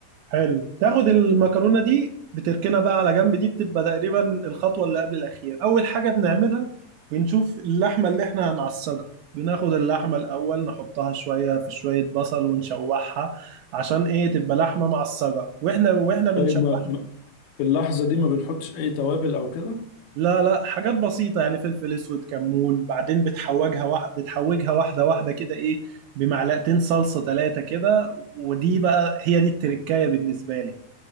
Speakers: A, on the right; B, on the left.
A: حلو تاخد المكرونه دي بتركنها بقى على جنب دي بتبقى تقريبا الخطوه اللي قبل الاخير اول حاجه بنعملها بنشوف اللحمه اللي احنا هنعصجها بناخد اللحمه الاول نحطها شويه في شويه بصل ونشوحها عشان ايه تبقى لحمه معصجه واحنا واحنا بنشوحها
B: طيب ما ما- في اللحظه دي ما بنحطش اي توابل او كده
A: لا لا حاجات بسيطه يعني فلفل اسود كمون بعدين بتحوجها وح... بتحوجها واحده واحده كده ايه بمعلقتين صلصه ثلاثه كده ودي بقى هي دي التركايه بالنسبه لي